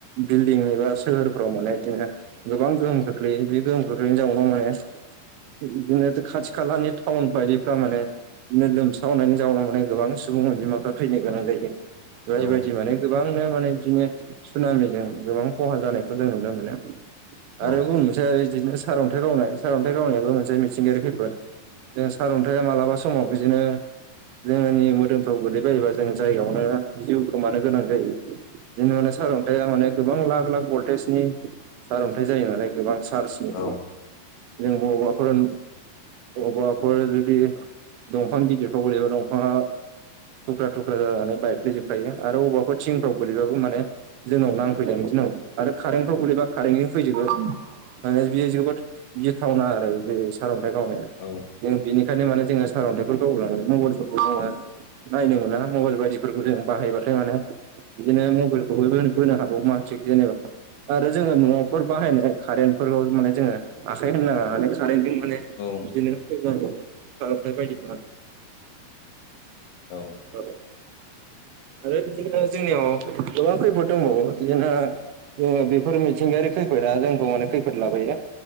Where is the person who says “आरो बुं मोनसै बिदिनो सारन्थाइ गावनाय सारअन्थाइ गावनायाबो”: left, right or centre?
Right